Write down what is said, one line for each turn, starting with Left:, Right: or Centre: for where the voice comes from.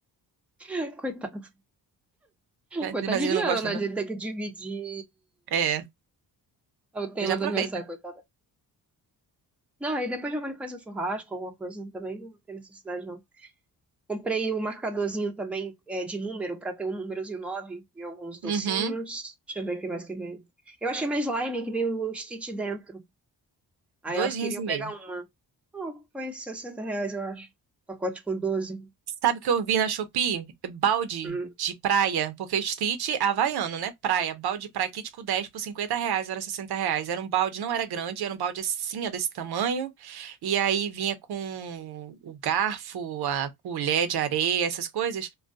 Centre: <laughs> Coitada.
Right: É,
Centre: Coitada
Right: mas
Centre: de
Right: ele
Centre: Diana,
Right: não gosta,
Centre: né?
Right: né?
Centre: De ter que dividir
Right: É, ele
Centre: o tema
Right: já aproveita.
Centre: do aniversário, coitada. Não, aí depois Giovanni faz um churrasco, alguma coisa também. Não tem necessidade, não. Comprei o marcadorzinho também é, de número, para ter o númerozinho 9 e alguns docinhos.
Right: Uhum.
Centre: Deixa eu ver o que mais que vem. Eu achei mais slime que vem o Stitch dentro. Aí
Right: Dois
Centre: elas queriam
Right: rins e
Centre: pegar
Right: meio.
Centre: uma. Ah, foi 60 reais, eu acho. Pacote com 12.
Right: Sabe o que eu vi na Shopee? Balde
Centre: Hum.
Right: de praia, porque street é havaiano, né? Praia. Balde de praia, kit com 10 por 50 reais, era 60 reais. Era um balde, não era grande, era um balde assim, ó, desse tamanho. E aí vinha com o garfo, a colher de areia, essas coisas.